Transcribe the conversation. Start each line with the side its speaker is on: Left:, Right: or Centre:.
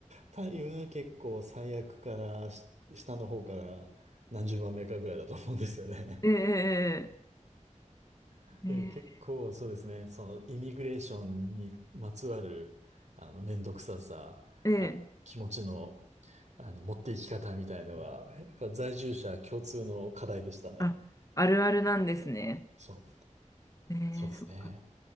Right: 太陽は結構最悪からし下の方から何十番目かぐらいだと思うんですよね。
Left: ええ
Right: <laughs>
Left: ええ
Right: えー結構そうですね、そのイミグレーションにまつわるあの面倒くささ、
Left: ええ
Right: あ、気持ちの、あの持っていき方みたいのは、やっぱ在住者共通の課題でしたね。
Left: あ、あるあるなんですね。
Right: そう、
Left: ええそっか。
Right: そうですね。